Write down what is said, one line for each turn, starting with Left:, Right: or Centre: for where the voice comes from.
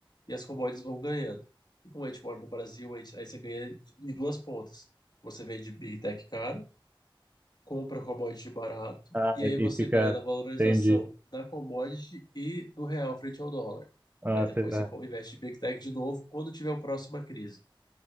Left: e as commodities vão ganhando. E como a gente mora no Brasil, a gente, aí você ganha em duas pontas. Você vende Big Tech caro, compra commodity barato,
Right: ah,
Left: e
Right: e
Left: aí
Right: e
Left: você
Right: fica.
Left: ganha na valorização
Right: Entendi.
Left: da commodity e do real frente ao dólar.
Right: Ah,
Left: Aí depois
Right: cê-
Left: você
Right: ah.
Left: co- investe em Big Tech de novo quando tiver a próxima crise.